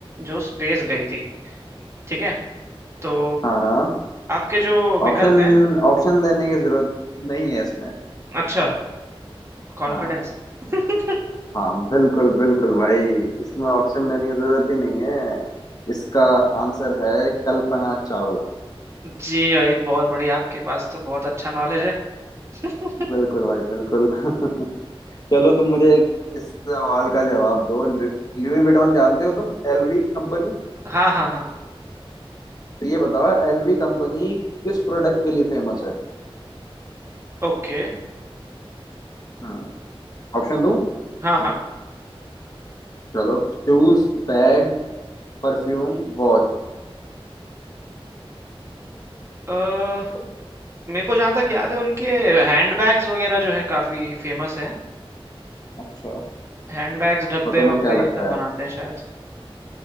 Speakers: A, on the right; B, on the left.
A: जो स्पेस गई थी ठीक है तो
B: हाँ हाँ
A: आपके जो विकल्प
B: ऑप्शन
A: हैं
B: ऑप्शन देने की जरूरत नहीं है इसमें
A: अच्छा कॉन्फिडेंस
B: हाँ
A: <laughs>
B: हाँ बिल्कुल बिल्कुल भाई इसमें ऑप्शन देने की जरूरत ही नहीं है इसका आंसर है कल्पना चावला
A: जी भाई बहुत बढ़िया आपके पास तो बहुत अच्छा नॉलेज है <laughs>
B: बिल्कुल भाई बिल्कुल <laughs> चलो तुम मुझे एक इस सवाल का जवाब दो लु- लुई विटॉन जानते हो तुम एलवी कंपनी
A: हाँ हाँ हाँ
B: तो ये बताओ एलवी कंपनी किस प्रोडक्ट के लिए फेमस है
A: ओके
B: हाँ ऑप्शन दूं
A: हाँ
B: चलो Shoes bag perfume watch
A: हाँ मेरे को जहाँ तक याद है उनके हैंडबैग्स वगैरह जो है काफी फेमस है
B: अच्छा
A: हैंडबैग्स डब्बे
B: तो तुम्हें
A: वब्बे
B: क्या लगता
A: ये सब
B: है
A: बनाते हैं शायद